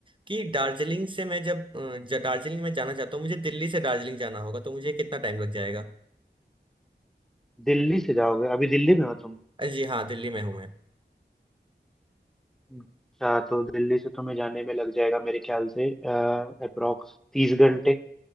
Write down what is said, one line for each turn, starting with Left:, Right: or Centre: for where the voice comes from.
Right: कि दार्जिलिंग से मैं जब अ, ज- दार्जिलिंग में जाना चाहता हूँ मुझे दिल्ली से दार्जिलिंग जाना होगा तो मुझे कितना टाइम लग जाएगा
Centre: दिल्ली से जाओगे अभी दिल्ली में हो तुम
Right: अ- जी हाँ दिल्ली में हूँ मैं
Centre: अच्छा तो दिल्ली से तुम्हें जाने में लग जाएगा मेरे ख्याल से अप्रोक्स तीस घंटे